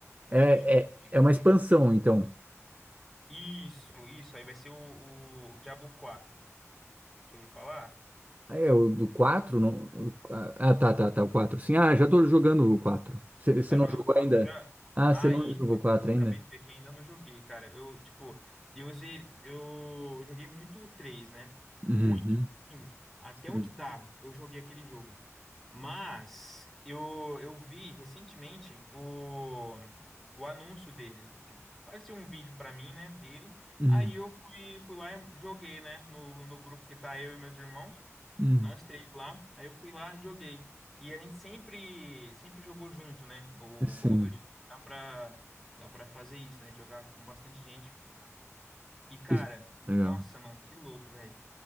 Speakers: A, on the right; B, in the centre.
A: É,
B: Deixa eu ver.
A: é, é uma expansão, então.
B: Isso, isso, aí vai ser o, o Diablo quatro, Deixa eu ouvir falar.
A: Ah, É, o do quatro, Não... Ah, tá, tá, tá, o 4. Sim, ah, já tô jogando o 4. Você
B: Tá
A: não
B: jogando
A: jogou
B: 4
A: ainda?
B: já?
A: Ah,
B: Ah,
A: você não
B: isso,
A: jogou
B: eu
A: o 4
B: acabei
A: ainda?
B: de ver que ainda não joguei, cara. Eu, tipo, eu usei, eu joguei muito o 3, né?
A: Uhum,
B: Muito, sim. Até
A: sim.
B: onde dava, eu joguei aquele jogo. Mas eu, eu vi recentemente o, o anúncio dele. Tipo, apareceu um vídeo pra mim, né, dele.
A: Uhum,
B: Aí eu fui, fui lá e joguei, né, no, no grupo que tá eu e meus irmãos.
A: uhum,
B: Nós três lá. Aí eu fui lá, e joguei. E a gente sempre, sempre jogou junto, né? O
A: sim.
B: bom do Diego dá pra, dá pra fazer isso, né? De jogar com bastante gente. E, cara,
A: Isso- Legal.
B: nossa, mano, que louco, velho.